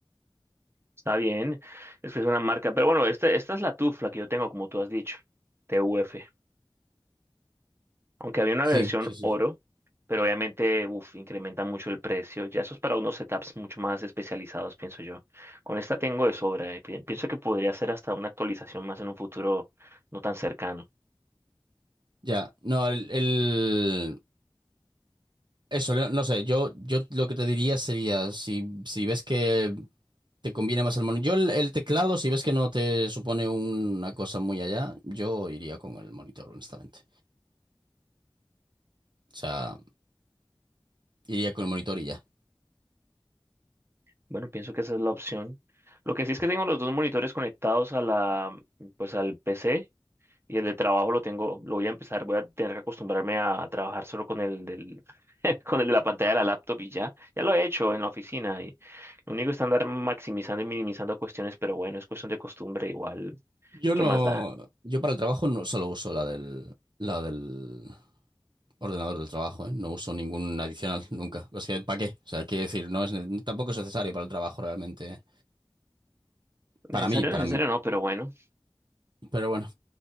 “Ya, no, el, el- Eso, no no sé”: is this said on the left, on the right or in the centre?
Right